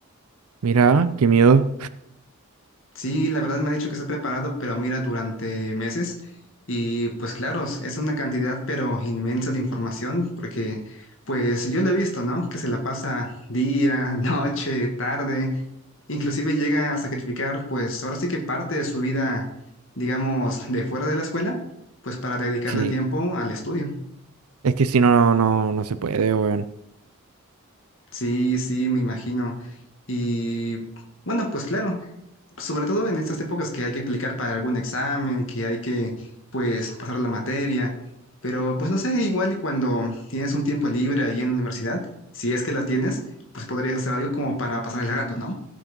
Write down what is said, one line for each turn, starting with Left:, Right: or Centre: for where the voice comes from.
Right: Mira, qué miedo.
Left: Sí, la verdad me ha dicho que está preparado, pero mira, durante meses. Y pues claro, es una cantidad pero inmensa de información, porque pues yo lo he visto, ¿no? Que se la pasa día, <laughs> noche, tarde, inclusive llega a sacrificar pues ahora sí que parte de su vida, digamos, de fuera de la escuela, pues para dedicarle
Right: Sí,
Left: tiempo al estudio.
Right: es que si no, no, no se puede, weón.
Left: Sí, sí, me imagino. Y bueno, pues claro. sobre todo en estas épocas que hay que aplicar para algún examen, que hay que, pues, pasar la materia, pero pues no sé, igual y cuando tienes un tiempo libre ahí en la universidad, si es que la tienes, pues podrías hacer algo como para pasar el rato, ¿no?